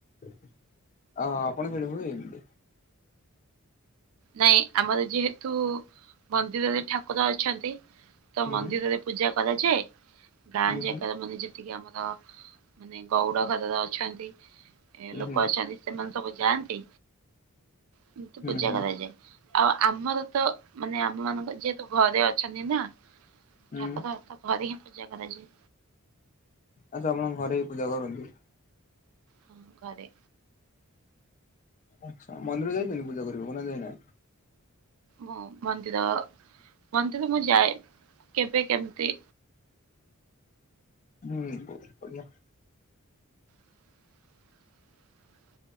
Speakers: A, on the left (about 35°); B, on the right (about 65°).
A: ଅ ଆପଣଙ୍କ ସେଇଠି ହୁଏ ଏମିତି
B: ନାଇଁ ଆମର ଯେହେତୁ ମନ୍ଦିରରେ ଠାକୁର ଅଛନ୍ତି। ତ
A: ହୁଁ
B: ମନ୍ଦିରରେ ପୂଜା କରାଯାଏ। ଗାଁ
A: ହୁଁ
B: ଜାକାରେ
A: ହୁଁ
B: ଆମ ନି ଏଠି ବି ଆମର ମାନେ ଗଉଡ଼ ଘରର ଅଛନ୍ତି, ଲୋକ
A: ହୁଁ
B: ଅଛନ୍ତି ସେମାନେ ସବୁ ଯାଆନ୍ତି କିନ୍ତୁ
A: ହୁଁ
B: ପୂଜା
A: ହୁଁ
B: କରା ଆଉ ଆମର ତ, ମାନେ ଆମ ମାନଙ୍କ ଯେହେତୁ ଘରେ ଅଛନ୍ତି ନା।
A: ହୁଁ
B: ଠାକୁର ତ ଘରେ ହିଁ ପୂଜା କରାଯାଏ।
A: ଆଚ୍ଛା ଆପଣଙ୍କ ଘରେ ହି ପୂଜା କରନ୍ତି।
B: ହଁ ଘରେ।
A: ଆଚ୍ଛା ମନ୍ଦିର ଯାଇଚନ୍ତି, ପୂଜା କରିବାକୁ ନା ଯାଇନାହାନ୍ତି?
B: ମୁଁ ମନ୍ଦିର, ମନ୍ଦିର ମୁଁ ଯାଏ କେବେ କେମିତି?
A: ହୁଁ ବହୁତ ବଢିଆ।
B: <inaudible>